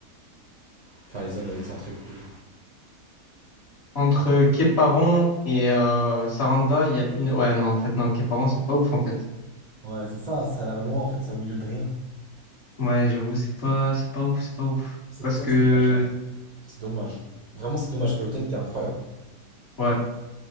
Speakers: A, on the right; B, on the left.
A: Enfin, les zones euh, excentrées plutôt.
B: Entre Quéparon et euh, Saranda, il y a une. Ouais, non, en fait, non, Quéparon, c'est pas ouf, en fait.
A: Ouais, c'est ça, ça a l'air loin en fait, c'est au milieu de rien.
B: Ouais, j'avoue, c'est pas, c'est pas ouf, c'est pas ouf.
A: C'est
B: Parce
A: pour ça
B: que,
A: que c'était pas cher. C'est dommage. Vraiment, c'est dommage que l'hôtel était incroyable.
B: ouais.